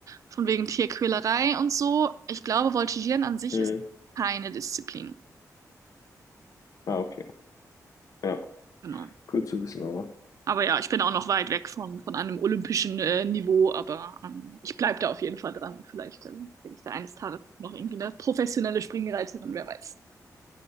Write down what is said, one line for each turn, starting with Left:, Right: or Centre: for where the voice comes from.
Right: von wegen Tierquälerei und so. Ich glaube, Voltigieren an sich
Left: Mm,
Right: ist keine Disziplin.
Left: ah, okay. Ja,
Right: Genau.
Left: cool zu wissen, aber.
Right: Aber ja, ich bin auch noch weit weg von, von einem olympischen äh, Niveau, aber ähm, ich bleibe da auf jeden Fall dran. Vielleicht äh, bin ich da eines Tages noch irgendwie eine professionelle Springreiterin, wer weiß.